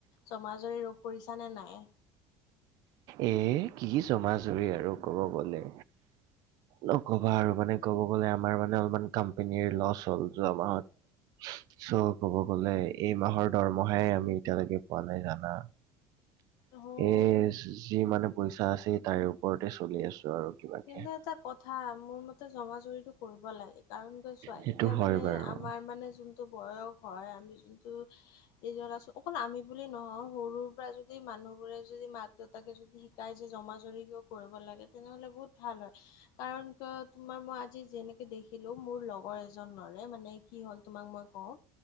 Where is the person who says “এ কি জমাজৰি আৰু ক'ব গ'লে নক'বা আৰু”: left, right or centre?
Right